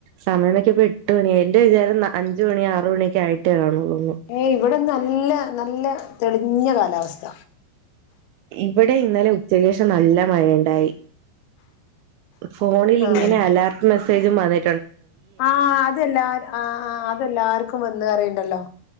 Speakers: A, on the right (about 80°); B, on the left (about 85°).
A: സമയം നോക്കിയപ്പോ എട്ട് മണിയായി എന്റെ വിചാരം. ന്ന. അഞ്ചു. മണിയ. ആറുണിയൊക്കേ ആയിട്ടേ കാണുള്ളൂ
B: ഏയ് ഇവിടന്ന് നല്ല നല്ല തെളിഞ്ഞ കാലാവസ്ഥ
A: ഇവിടെ ഇന്നലെ ഉച്ചക്കേഷം നല്ല മഴയ ഇണ്ടായി ഫോണിൽ
B: ആഹ്
A: ഇങ്ങനെ അലർട്ട് മെസ്സേജും വന്നി
B: ആഹ് അതെല്ലാർ ആഹ് ആഹ് അതെല്ലാർക്കു വന്ന് അറിയുണ്ടല്ലോ